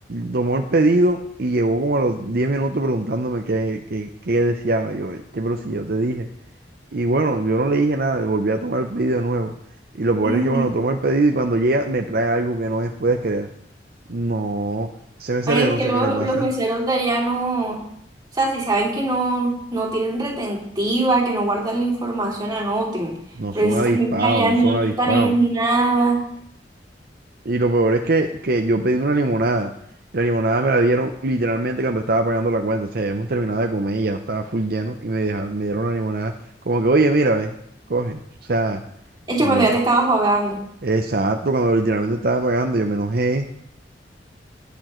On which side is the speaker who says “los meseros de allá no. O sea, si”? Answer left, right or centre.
Right